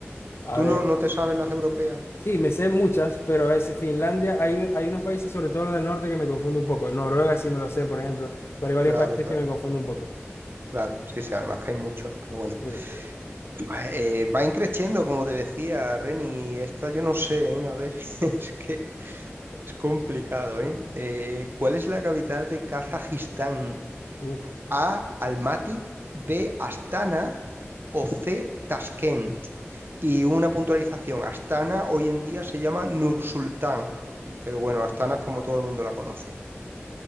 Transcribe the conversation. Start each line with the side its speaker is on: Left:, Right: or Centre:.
Left: A
Right: ¿Tú
Left: ver,
Right: no, no te sabes las europeas?
Left: sí, me sé muchas, pero a veces Finlandia, hay, hay unos países, sobre todo los del norte, que me confunden un poco. Noruega sí me lo sé, por ejemplo, pero hay varios
Right: Claro,
Left: países
Right: claro,
Left: que me confunden un poco.
Right: claro. Sí, sí, además que hay muchos, pero bueno.
Left: Sí, sí.
Right: Va- Eh, van creciendo, como te decía, Reni. Esta yo no sé, ¿eh? A ver, <laughs> es que es complicado, ¿eh? Eh, ¿cuál es la capital de Kazajistán?
Left: Uf.
Right: A, Almaty, B, Astana o C, Tashkent. Y una puntualización, Astana hoy en día se llama Nursultán, pero bueno, Astana es como todo el mundo la conoce.